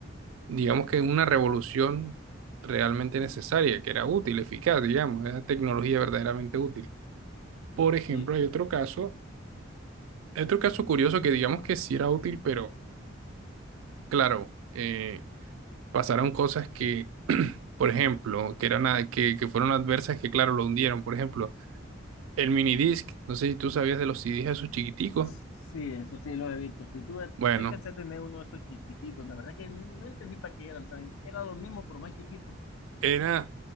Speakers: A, on the right; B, on the left.
A: digamos que una revolución realmente necesaria, que era útil, eficaz, digamos, era tecnología verdaderamente útil. Por ejemplo,
B: Sí.
A: hay otro caso, hay otro caso curioso que digamos que sí era útil, pero claro, eh, pasaron cosas que, por ejemplo, que eran a- que, que fueron adversas, que claro, lo hundieron. Por ejemplo, el minidisc, no sé si tú sabías de los CDs esos chiquiticos.
B: sí, eso sí lo he visto. Si tú sé
A: Bueno,
B: que alcancé a tener uno de esos chiquiticos, la verdad que no, no entendí para qué eran, ¿sabes? Era lo mismo, pero más chiquito.
A: Era,